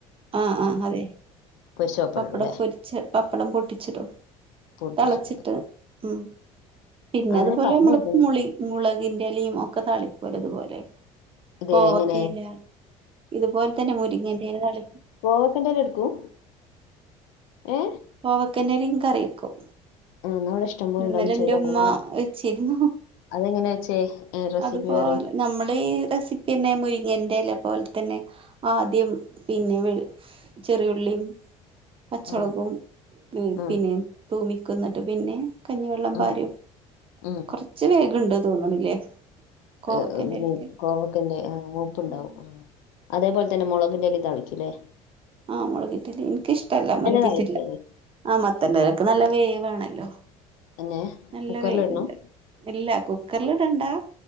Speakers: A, on the right; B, on the left.
A: ആഹ് ആഹ് അതെ
B: പൊരിച്ച
A: പപ്പടം
B: ഇടും ല്ലേ
A: പൊരിച്ചു പപ്പടം പൊട്ടിച്ചിടും
B: പൊട്ടിച്ചു
A: തിളച്ചിട്ട് ഉം പിന്നെ
B: അങ്ങനെ
A: അതുപോലെ
B: പറഞ്ഞു
A: മുളക്പുളി
B: കേട്ട്ണ്
A: മുളകിന്റെ ഇലയും ഒക്കെ താളിക്കുമ്പോലെ അതുപോലെ
B: ഇത്
A: കോവക്കയില
B: എങ്ങനെ
A: ഇതുപോലെ തന്നെ മുരിങ്ങൻന്റെ താള
B: കോവക്കന്റെ എല എടുക്കും ഏ?
A: കോവക്കന്റെ ഇലയും കറിയക്കും
B: ആ എന്നാ ഇവിടെ ഇഷ്ടം പോലെ
A: ഇന്നലെ
B: ഉണ്ടാവും
A: എന്റെുമ്മ
B: ചെയ്ത് നോക്കണം നാ
A: വച്ചിരുന്നു
B: അതെങ്ങനെ വെച്ചേ റെസിപ്പി
A: അതിപ്പോ
B: പറയ്
A: നമ്മള് ഈ റെസി പിന്നെ മുരിങ്ങൻന്റെ ഇല പോലെ തന്നെ പോലെ തന്നെ ആദ്യം പിന്നെ വെളി ചെറിയുള്ളി പച്ചമുളകും
B: ആ ആ
A: പിന്നെ തൂമിക്കുന്നിട്ട് പിന്നെ കഞ്ഞിവെള്ളം
B: ആ
A: പാരും
B: ഉം
A: കൊറച്ച് വേകുണ്ട് തോന്നണില്ലേ
B: <unintelligible>
A: കോവക്കന്റെ ഇലക്ക്
B: കോവക്കന്റെ ആ മൂപ്പുണ്ടാവും.
A: ഉം
B: അതേപോലെ തന്നെ മുളകിന്റെല തളിക്കൂല്ലേ
A: ആഹ് മുളകിൻ്റില എനിക്കിഷ്ടമല്ല മുളകിൻ്റില്ല
B: താളിക്കാറിയോ
A: ആഹ്! മത്തൻ്റിലയ്ക്ക് നല്ല വേവാണല്ലോ
B: പിന്നെ
A: നല്ല
B: കുക്കറിലിടണം
A: വേകുണ്ട്. ഇല്ല കുക്കറൽ ഇട ണ്ടാ.